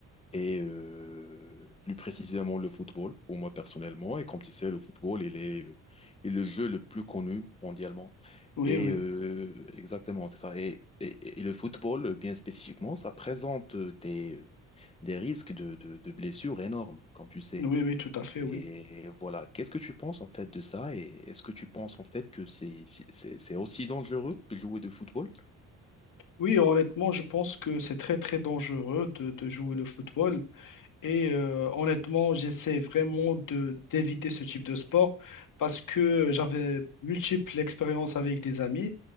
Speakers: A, on the left; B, on the left.
A: et euh, plus précisément le football pour moi personnellement. Et comme tu sais, le football, il est, euh, est le jeu le plus connu mondialement.
B: Oui,
A: Et
B: oui,
A: euh, exactement, c'est ça. Et, et- et le football, euh, bien spécifiquement, ça présente euh, des, euh, des risques de, de- de blessures énormes, comme tu sais.
B: oui, oui, tout à fait,
A: Et
B: oui.
A: voilà, qu'est-ce que tu penses en fait de ça? Et est-ce que tu penses en fait que c'est c'est- c'est- c'est aussi dangereux de jouer de football?
B: Oui, honnêtement, je pense que c'est très, très dangereux de, de jouer le football. Et euh, honnêtement, j'essaie vraiment de d'éviter ce type de sport parce que j'avais multiples expériences avec des amis.